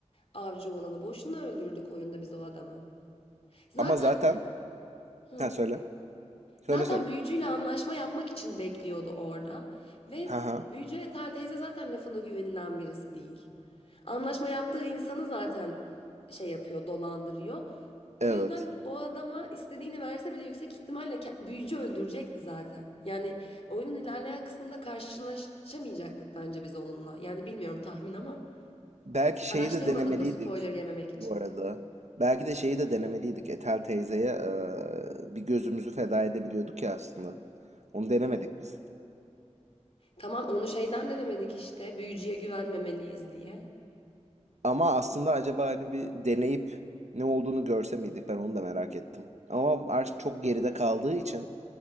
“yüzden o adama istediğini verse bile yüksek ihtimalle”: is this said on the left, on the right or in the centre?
Left